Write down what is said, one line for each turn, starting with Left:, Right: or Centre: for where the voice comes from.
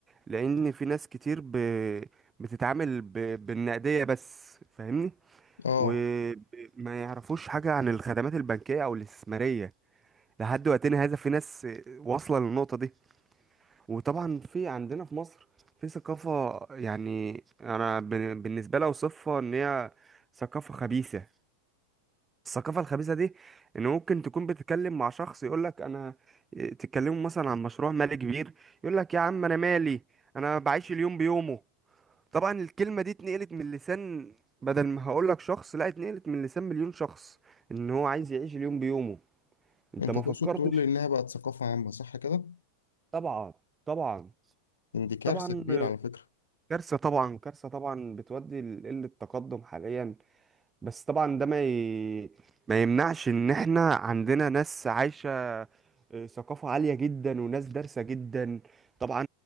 Right: لان في ناس كتير ب... بتتعامل ب... بالنقديه بس فاهمني
Left: اه
Right: وما يعرفوش حاجة عن الخدمات البنكية أو الاستثمارية لحد وقتنا هذا في ناس واصلة للنقطة دي وطبعا في عندنا في مصر في ثقافة يعني أنا بن- بالنسبة لي أوصفها إن هي ثقافة خبيثة الثقافة الخبيثة دي إن ممكن تكون بتتكلم مع شخص يقولك أنا تتكلموا مثلا عن مشروع مالي كبير يقولك يا عم أنا مالي أنا بعيش اليوم بيومه طبعا الكلمة دي اتنقلت من لسان بدل ما هقولك شخص لا اتنقلت من لسان مليون شخص ان هو عايز يعيش اليوم بيومه انت
Left: انت
Right: ما
Left: تقصد
Right: فكرتش
Left: تقول انها بقت ثقافة عامة صح كده؟
Right: طبعا طبعا
Left: إن دي كارثة
Right: طبعا
Left: كبيرة على فكرة
Right: كارثة طبعا كارثة طبعا بتودي لقلة التقدم حاليا بس طبعا ده ما ي... ما يمنعش ان احنا عندنا ناس عايشة آه، ثقافة عالية جدا وناس دارسة جدا طبعا